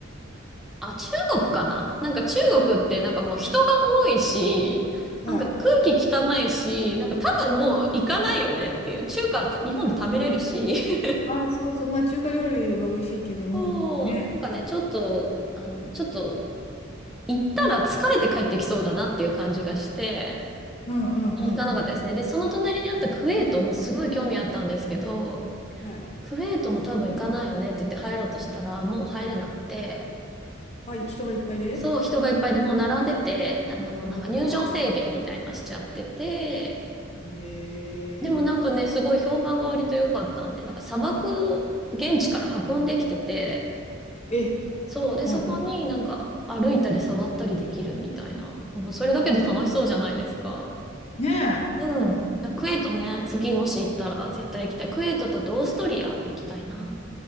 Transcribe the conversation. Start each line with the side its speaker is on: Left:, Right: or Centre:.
Centre: あ、中国かななんか中国ってなんかもう人が多いし、
Left: はい。
Centre: なんか空気汚いし、なんか多分もう行かないよねっていう。中華って日本で食べれるし。<laughs>
Left: あ、そうそう。まあ、中華料理は美味しいけども、
Centre: そう、
Left: ね。
Centre: なんかね、ちょっと、あの、ちょっと行ったら疲れて帰ってきそうだなっていう感じがして、
Left: うんうん
Centre: 行かなかったですね。
Left: うん
Centre: で、その隣にあったクウェートもすごい興味あったんですけど、
Left: うん。はい。
Centre: クウェートも多分行かないよねって言って入ろうとしたら、もう入れなくて、
Left: あ、人がいっぱいで
Centre: そう、人がいっぱいでもう並んでて、あの、なんか入場制限みたいなしちゃってて、
Left: へええ
Centre: でもなんかね、すごい評判が割と良かったんで、なんか砂漠を現地から運んできてて、
Left: ええ、
Centre: そう、で、
Left: はいはい。
Centre: そこになんか歩いたり触ったりできるみたいな、なんかそれだけで楽しそうじゃないですか。
Left: んねえ。あ
Centre: うん。クエートね、次もし行ったら絶対行きたい。クエートだとオーストリアも行きたいな。